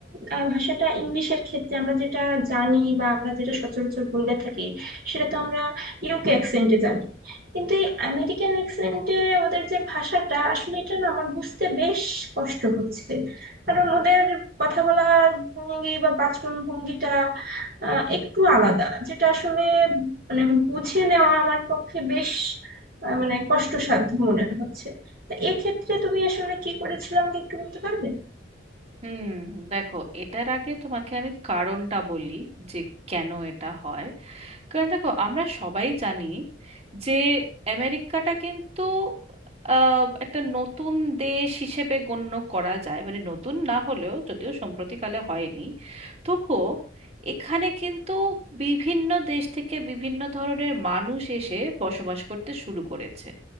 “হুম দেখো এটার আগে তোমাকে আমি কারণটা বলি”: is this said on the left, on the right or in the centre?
Right